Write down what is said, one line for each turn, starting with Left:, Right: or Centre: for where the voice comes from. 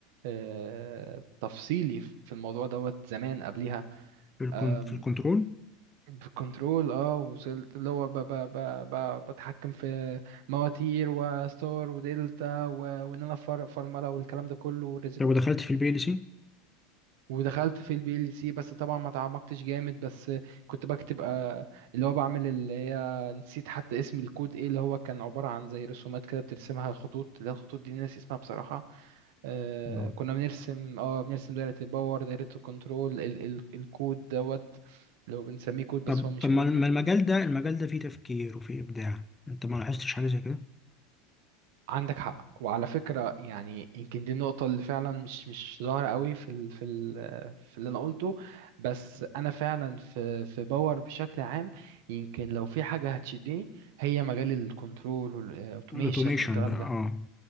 Right: أه، تفصيلي في الموضوع دوت زمان قبليها
Left: في الكون
Right: أم،
Left: في الكنترول؟
Right: بالكنترول اه وصلت اللي هو ب ب ب ب بتحكم في مواتير وستار ودلتا و- وان انا فر- فرمله والكلام ده كله
Left: طب ودخلت في البي ال سي؟
Right: ودخلت في البي ال سي بس طبعا ما تعمقتش جامد بس كنت بكتب آه، اللي هو بعمل اللي هي نسيت حتى اسم الكود ايه اللي هو كان عبارة عن زي رسومات كده بترسمها خطوط اللي هي الخطوط دي ناس اسمها بصراحة آه،
Left: آه.
Right: كنا بنرسم اه بنرسم دايرة الباور دايرة الكنترول ال ال الكود دوت لو بنسميه كود بس
Left: طب
Right: هو مش
Left: طب
Right: كود
Left: ما الم-
Right: يعني
Left: ما المجال ده المجال ده فيه تفكير وفيه إبداع أنت ما لاحظتش حاجة زي كده؟
Right: عندك حق وعلى فكرة يعني يمكن دي النقطة اللي فعلا مش مش ظاهرة قوي في ال في ال في اللي أنا قلته بس أنا فعلا في في باور بشكل عام يمكن لو في حاجة هتشدني هي مجال الكنترول والأوتوميشن
Left: الاوتوميشن
Right: والكلام
Left: بقى
Right: ده
Left: اه